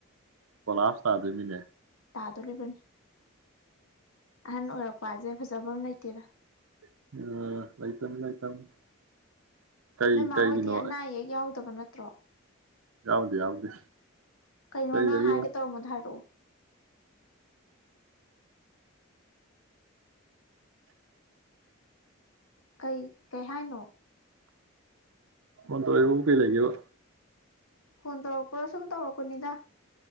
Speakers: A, on the right; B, on the left.
A: ꯀꯣꯂꯥꯐ ꯇꯥꯗꯣꯏꯃꯤꯅꯦ
B: ꯇꯥꯗꯣꯂꯤꯕꯅꯦ ꯑꯍꯟ ꯑꯣꯏꯔꯛ ꯄꯖꯩ ꯐꯖꯕ ꯑꯃ ꯂꯩꯇꯦꯗ
A: ꯑꯥ ꯂꯩꯇꯝꯅꯤ ꯂꯩꯇꯝꯅꯤ ꯀꯩ
B: ꯅꯣꯏꯃꯥ
A: ꯀꯩꯒꯤꯅꯣ
B: ꯍꯣꯏꯗꯤ ꯑꯅꯥ ꯑꯌꯦꯛ ꯌꯥꯎꯗꯕ ꯅꯠꯇ꯭ꯔꯣ
A: ꯌꯥꯎꯗꯦ ꯌꯥꯎꯗꯦ
B: ꯀꯩꯅꯣ
A: ꯀꯩ
B: ꯅꯪ
A: ꯂꯩꯒꯦ
B: ꯍꯥꯏꯒꯦ ꯇꯧꯔꯝꯕꯗꯣ ꯍꯥꯏꯔꯛꯑꯣ ꯀꯩ ꯀꯩ ꯍꯥꯏꯅꯣ
A: ꯐꯣꯟ ꯇꯧꯔꯛꯏꯕꯕꯨ ꯀꯩ ꯂꯩꯒꯦꯕ
B: ꯐꯣꯟ ꯇꯧꯔꯛꯄ꯭ꯔꯥ ꯁꯨꯝ ꯇꯧꯔꯛꯄꯅꯤꯗ